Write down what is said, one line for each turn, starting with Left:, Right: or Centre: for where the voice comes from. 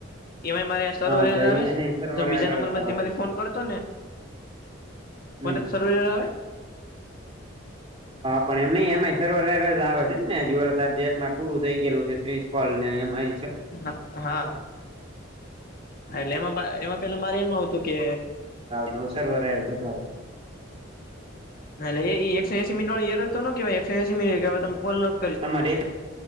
Left: એ મારે આવે
Right: હા તો એને સર્વર
Left: બીજા
Right: એરર
Left: નંબર
Right: જ
Left: માં
Right: આવશે
Left: જેમાંથી ફોન કરતો ને
Right: હમ
Left: કોના સર્વે આવે.
Right: હા પણ એમ નહ એમાં સર્વરસ આવે છે એમ ને જાર જે એક માં પૂરું થઈ ગયલું છે ત્રીસ ફોલ ને એમાં
Left: હા હાા એટલે એમાં એમાં પેલા મારે એમ આવતું કે
Right: ને અવસર ભ બતાવશે
Left: એટલે એ એકો એસી મિનટ વાળ એર હતોતો કેવા એકસો એસી મિટ ત કો
Right: તમારે